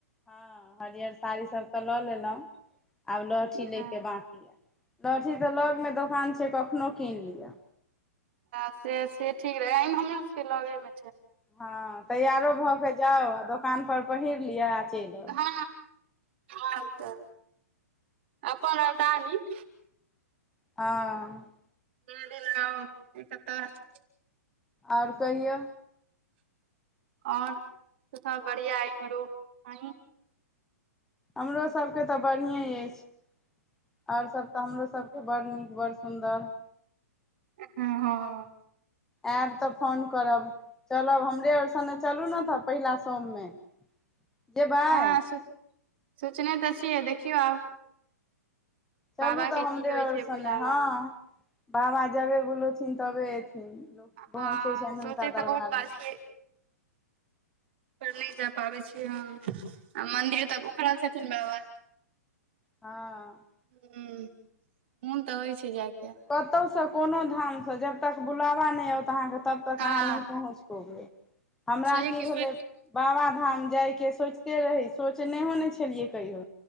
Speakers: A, in the centre; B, on the right.
A: हँ हरियर साड़ी सब तऽ लऽ लेलु आब लहठी
B: हँ,
A: ले के बाकी लहठी तऽ लग मे दोकान छै कखनो कीन लियअ
B: से से ठीक रहे हमरो सबके लगे मे
A: हँ, तैयारो भ क जाउ, आ दोकान पर पहिर लिअ आ चलि आउ।
B: ह आर तऽ अपन रहता नीक
A: हँ
B: मेंनदी लगाब एक त
A: और कहियौ
B: और सब बढ़िया य एमहरो अही
A: हमरो सभके तऽ बढ़िए अछि आओर सभ तऽ हमरोसभ बड़ नीक, बड़ सुन्दर।
B: हँ हँ
A: आयब तऽ फोन करब, चलब हमरे आओर संगे चलू ने त पहिला सोममे। जेबै
B: हँ, सोचने त छियै, देखियौ आब।
A: चलू
B: बाबा
A: तऽ
B: के की
A: हमरे
B: होइ
A: आओर
B: छै
A: सगे
B: बुलाबा
A: ने हँ बाबा जबे बोलथिन तबे लग पहुँचि
B: हँ
A: गेल छैन हुनका
B: सोचे तऽ
A: दरबार
B: बहुत बार
A: में।
B: छियै पर नहि जा पाबै छी हँ, आ मन्दिर तऽ उखड़ल छथिन बाबा।
A: हँ
B: ह मोन त होइ छै जायके
A: कतहुसँ कोनो धामसँ जब तक बुलाबा नहि आओत अहाँकेँ तब तक
B: हँ
A: अहाँ नहि पहुँच पबै हमरा
B: छै
A: की
B: कि सोच
A: भेलै बाबा धाम जाय के सोचैत रहियै, सोचलहुँ नहि छलियै कहियो